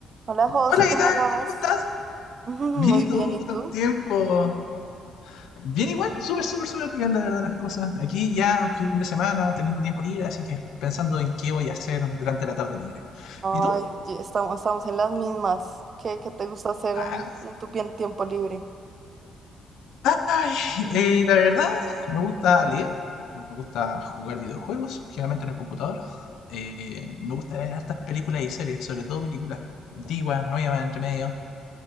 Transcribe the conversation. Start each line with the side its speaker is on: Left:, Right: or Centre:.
Right: Hola José,
Left: Hola,
Right: ¿cómo
Left: ¿qué tal?
Right: vas?
Left: ¿Cómo estás?
Right: <laughs> Muy
Left: Bien, ¿y
Right: bien,
Left: tú?
Right: ¿y
Left: Tanto
Right: tú?
Left: tiempo. Bien igual, súper, súper, súper bien, la verdad, las cosas. Aquí ya, fin de semana, teniendo tiempo libre, así que pensando en qué voy a hacer durante la tarde libre.
Right: Ay,
Left: ¿Y tú?
Right: ye- estamos, estamos en las mismas. ¿Qué, qué te gusta hacer
Left: Ah,
Right: en, en tu pien- tiempo libre?
Left: ay, eh, la verdad, me gusta leer, me gusta jugar videojuegos, generalmente en el computador. Eh, me gusta ver hartas películas y series, sobre todo películas antiguas, nuevas, entre medio.